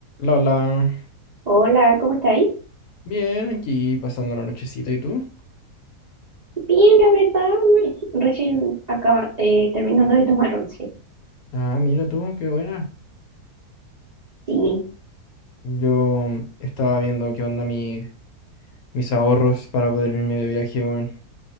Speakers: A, on the left (about 70°); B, on the right (about 50°).
A: Lola,
B: Hola, ¿cómo estáis?
A: bien, aquí pasando la nochecita, ¿y tú?
B: Bien, la verdad, me- recién acaba, eh, terminando de tomar once.
A: Ah, mira tú, qué buena.
B: Sí.
A: Yo estaba viendo qué onda mi- mis ahorros para poder irme de viaje, weón.